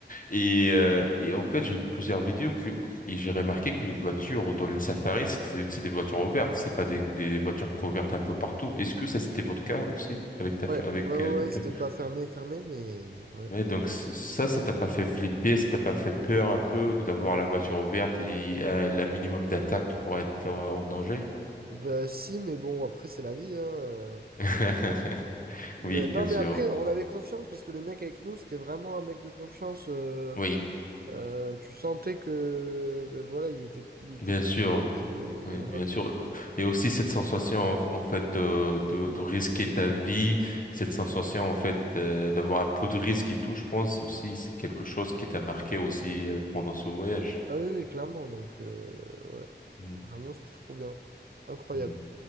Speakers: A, on the left; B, on the right.
A: Et, euh, et en fait, j'ai vu plusieurs vidéos que, et j'ai remarqué que les voitures dans les safaris, c'est des, c'est des voitures ouvertes, c'est pas des, des voitures couvertes un peu partout. Est-ce que ça, c'était votre cas aussi avec ta,
B: Ouais,
A: fa- avec
B: ouais, ouais,
A: euh, ta
B: ouais, c'était
A: femme?
B: pas fermé, fermé, mais ouais.
A: Ouais, donc c- ça, ça t'a pas fait flipper, ça t'a pas fait peur un peu d'avoir la voiture ouverte et euh, la minimum d'attaque, tu pourrais être en, en danger?
B: Bah si, mais bon, après, c'est la vie, hein. euh.
A: <laughs>
B: Mais-
A: Oui,
B: non,
A: bien sûr.
B: mais après, on avait confiance parce que le mec avec nous, c'était vraiment un mec de confiance. euh,
A: Oui.
B: euh, tu sentais que, ben voilà, il était, il était,
A: Bien sûr,
B: et,
A: oui,
B: et voilà
A: bien
B: quoi.
A: sûr. Et aussi cette sensation en en fait de, de, de risquer ta vie, cette sensation en fait euh, d'avoir un peu de risque et tout, je pense aussi c'est quelque chose qui t'a marqué aussi euh, pendant ce voyage.
B: Ah oui, oui, clairement. Donc, euh, ouais,
A: Mm,
B: vraiment, c'était trop bien. Incroyable.
A: mm.